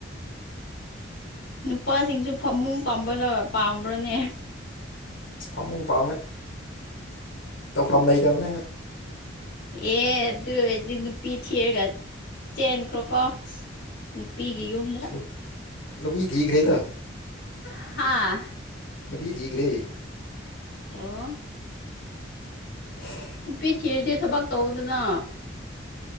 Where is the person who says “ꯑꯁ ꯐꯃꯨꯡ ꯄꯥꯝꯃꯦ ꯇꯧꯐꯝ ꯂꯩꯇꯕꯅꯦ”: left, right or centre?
Left